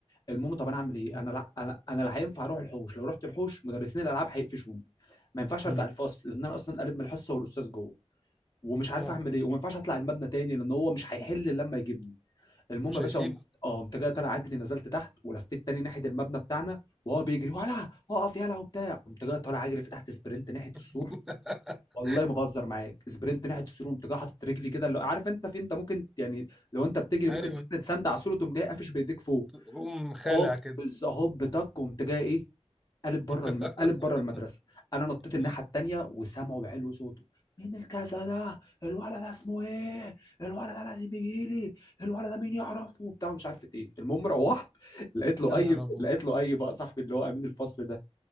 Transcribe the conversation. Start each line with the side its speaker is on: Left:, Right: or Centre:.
Left: المهم طب انا اعمل ايه
Centre: يعني
Left: انا لا انا انا لا هينفع اروح الحوش لو رحت الحوش مدرسين الالعاب هيقفشوني ما ينفعش
Centre: مم.
Left: ارجع الفصل لان انا اصلا قالب من الحصه والاستاذ جوه ومش عارف
Centre: اه
Left: اعمل ايه وما ينفعش اطلع المبنى تاني لان هو مش هيحل لما يجيبني المهم
Centre: مش
Left: يا باشا
Centre: هيسيبك
Left: قمت اه قمت جاي طالع عجلي نزلت تحت ولفيت تاني ناحيه المبنى بتاعنا وهو بيجري ولا اقف يلا وبتاع قمت جاي طالع عجلي فتحت سبرنت ناحيه السور
Centre: <laughs>
Left: والله ما بهزر معاك سبرنت ناحيه السور قمت جاي حاطط رجلي كده اللي- عارف انت في انت ممكن يعني لو انت بتجري ممكن
Centre: ايوه
Left: تسند سند على السور وتقوم جاي قافش بايديك فوق
Centre: قوم خالع
Left: هوب
Centre: كده
Left: هوب تك قمت جاي ايه قالب بره
Centre: <laughs>
Left: الم... قالب بره المدرسه انا نطيت الناحيه
Centre: مم.
Left: التانيه وسامعه بعلو صوته مين الكذا ده الولد ده اسمه ايه الولد ده لازم يجي لي الولد ده مين يعرفه وبتاع مش عارف ايه المهم روحت لقيت
Centre: يا
Left: له
Centre: نهار
Left: اي
Centre: ابيض
Left: لقيت له اي بقى صاحبي اللي هو امين الفصل ده